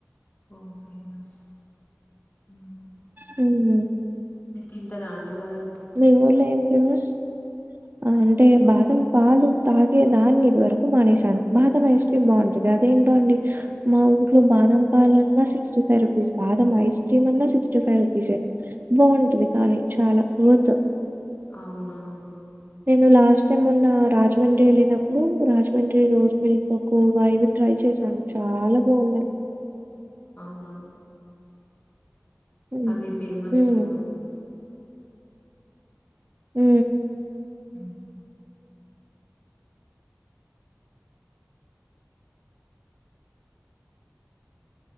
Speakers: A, on the left (about 45°); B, on the right (about 45°).
A: ఓ ఫేమస్ మ్
B: మ్
A: మీరు తింటార అండి మరి అవి బా
B: మీ ఊర్లో ఏం ఫేమస్
A: ఆ
B: ఆ అంటే బాదం పాలు తాగేదాన్ని ఇదివరకు మానేశాను బాదం ఏస్ కి బాగుంటది అదేంటో అండి మా ఊర్లో బాదం పాల అన్నా సిక్స్టీ ఫైవ్ రూపీస్, బాదం ఐస్ క్రీమ్ అన్నా సిక్స్టీ ఫైవ్ రుపీసే. బాగుంటది కానీ చాలా వొత్
A: అవునా హు
B: నేను లాస్ట్ టైమ్ మోన్న రాజమండ్రి వెళ్ళినప్పుడు రాజమండ్రి రోజ్ మిల్క్ ఒక వాయి ట్రై చేశాను చాలా బాగున్నాయి.
A: అవునా
B: ఉమ్
A: అది ఫేమస్
B: ఉమ్
A: కదా మ్
B: మ్
A: మ్